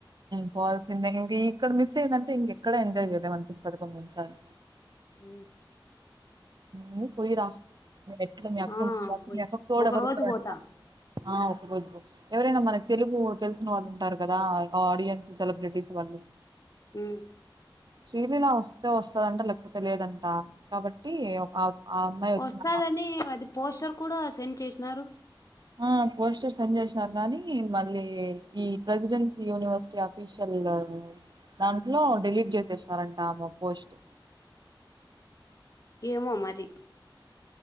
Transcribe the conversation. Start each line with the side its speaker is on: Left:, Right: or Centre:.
Right: పోవల్సిందే ఇంక ఇక్కడ మిస్ అయ్యందంటే ఇంకెక్కడ ఎంజాయ్ చేయలేం అనిపిస్తుంది కొని కొని సారుల
Left: అ
Right: హ్మ్ పోయిరా అక్కడ ఎలాగో మీ అక్క
Left: ఆ
Right: ఉంది కాబట్టి
Left: పోయి
Right: మీ అక్కకి తోడు
Left: ఒక
Right: ఎవరు
Left: రోజు
Right: ఉండరంటా
Left: పోతా
Right: ఆ ఒక రోజు పో ఎవరైనా మనకు తెలుగు తెలిసిన వాళ్ళు ఉంటారు కదా ఆడియన్స్ సెలబ్రిటీస్ వాళ్ళు
Left: హ
Right: శ్రీలీలా వస్తే వస్తదంట లేకపోతే లేదంట కాబట్టి టీ ఆ అమ్మాయి వచ్చిన
Left: వసదని అది పోస్టర్ కూడా సెండ్ చేసినారు
Right: ఆ పోస్టర్ సెండ్ చేసినారు గానీ మళ్ళీ ఈ ప్రెసిడెన్సీ యూనివర్సిటీ ఆఫీషియల్ దాంట్లో డిలీట్ చేసేసినారంట ఆమే పోస్ట్
Left: ఏమో మరి